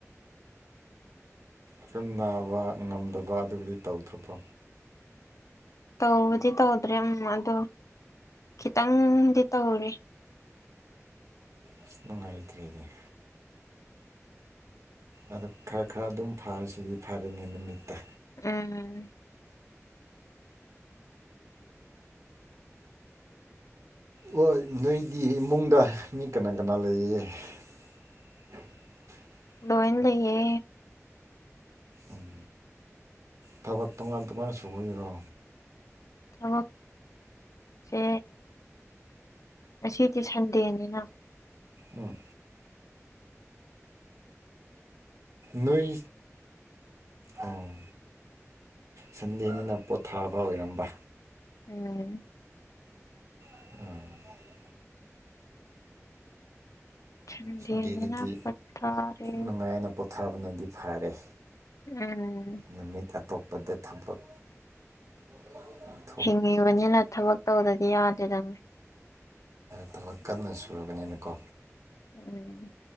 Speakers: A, on the right (about 85°); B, on the left (about 80°).
A: ꯈꯤꯝ ꯅꯥꯕ ꯉꯝꯗꯕ ꯑꯗꯨꯕꯨꯗꯤ ꯇꯧꯗ꯭ꯔꯕꯣ
B: ꯇꯧꯕꯗꯤ ꯇꯧꯗ꯭ꯔꯦ ꯑꯃ ꯑꯗꯣ ꯈꯤꯇꯪꯗꯤ ꯇꯧꯔꯤ
A: ꯑꯁ ꯅꯨꯡꯉꯥꯏꯇ꯭ꯔꯦꯅ‌ꯦ ꯑꯗ ꯈꯔ ꯈꯔ ꯑꯗꯨꯝ ꯐꯔꯤꯁꯤꯗꯤ ꯐꯔꯦꯅꯦ ꯅꯨꯃꯤꯠꯇ
B: ꯎꯝ
A: ꯍꯣꯏ ꯅꯣꯏꯗꯤ ꯏꯃꯨꯡꯗ ꯃꯤ ꯀꯅꯥ ꯀꯅꯥ ꯂꯩꯔꯤꯌꯦ <unintelligible>
B: ꯂꯣꯏꯅ ꯂꯩꯌꯦ
A: ꯎꯝ ꯊꯕꯛ ꯇꯣꯉꯥꯟ ꯇꯣꯉꯥꯟꯅ ꯁꯨꯕꯒꯤꯔꯣ
B: ꯊꯕꯛ ꯁꯦ ꯉꯁꯤꯗꯤ ꯁꯟꯗꯦꯅꯤꯅ
A: ꯎꯝ ꯅꯣꯏ ꯑꯣ ꯁꯟꯗꯦꯅꯤꯅ ꯄꯣꯊꯥꯕ ꯑꯣꯏꯔꯝꯕ
B: ꯎꯝ
A: ꯎꯝ
B: ꯁꯟꯗ‌ꯦꯅꯤꯅ
A: ꯁꯟꯗꯦꯗꯗꯤ
B: ꯄꯠꯊꯔꯦ
A: ꯅꯨꯡꯉꯥꯏꯅ ꯄꯣꯊꯥꯕꯅꯗꯤ ꯐꯥꯔꯦ
B: ꯎꯝ
A: ꯅꯨꯃꯤꯠ ꯑꯇꯣꯞꯄꯗ ꯊꯕꯛ <unintelligible>
B: ꯍꯤꯡꯉꯤꯕꯅꯤꯅ ꯊꯕꯛ ꯇꯧꯗꯗꯤ ꯌꯥꯗꯦꯗꯅꯤ
A: ꯊꯕꯛ ꯀꯟꯅ ꯁꯨꯔꯕꯅꯤꯅꯀꯣ
B: ꯎꯝ